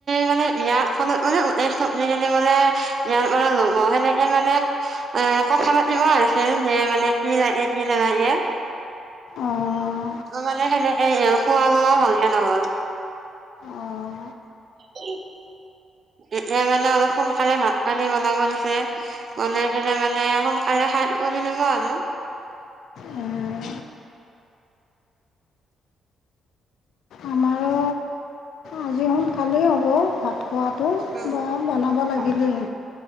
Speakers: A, on the right (about 50°); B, on the left (about 65°).
A: মানে বিয়াৰ ফলত মানে ট চপ্নি খিনি মানে বিয়াত মানে লব সেনেকে মানে এ কথা পাতিব আৰু খ যে মানে কি লাগে কি নালাগে
B: অঁ
A: মানে সেনেকে খোৱা লোৱাও ভালে নহল
B: অঁ
A: উম এতিয়া মানে অলপ সোনকালে ভাত পানী বনাব দিছে বনাই কিনে মানে সোনকালে হ লিব আৰু
B: উম আমাৰো আজি সোনকালেই হ'ব ভাত খোৱাটো
A: উম।
B: ব বনাব লাগিলি
A: অ